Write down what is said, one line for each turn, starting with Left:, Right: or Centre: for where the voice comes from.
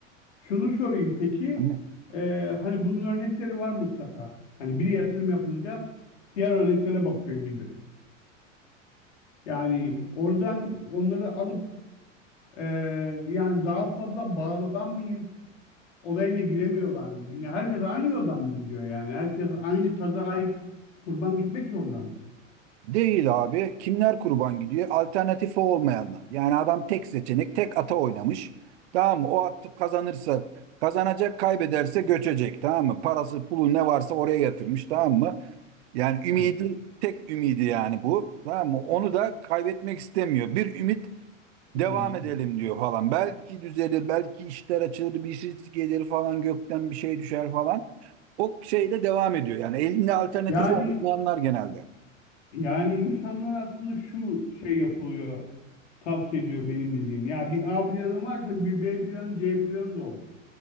Left: şunu sorayım peki.
Right: Hani
Left: Ee, hani bunun örnekleri var mutlaka. Hani bir yatırım yapınca diğer örneklere bakıyor gibi. Yani oradan onları alıp e, yani daha fazla bağlanmayayım olayına giremiyorlar mı? Çünkü herkes aynı yoldan mı gidiyor yani? Herkes aynı kazayı kurban gitmek zorunda mı?
Right: değil abi. Kimler kurban gidiyor? Alternatifi olmayanlar. Yani adam tek seçenek, tek ata oynamış. Tamam mı? O at kazanırsa kazanacak, kaybederse göçecek. Tamam mı? Parası, pulu ne varsa oraya yatırmış. Tamam mı? Yani ümidi
Left: Evet.
Right: tek ümidi yani bu. Tamam mı? Onu da kaybetmek istemiyor. Bir ümit
Left: Hmm.
Right: devam edelim diyor falan. Belki düzelir, belki işler açılır, bir şey gelir falan gökten bir şey düşer falan. O şeyle devam ediyor. Yani elinde alternatifi
Left: Yani
Right: olmayanlar genelde.
Left: yani insanlar aslında şu şey yapılıyor, tavsiye ediyor benim bildiğim. Ya bir A planın varsa bir B planı, C planı da olsun.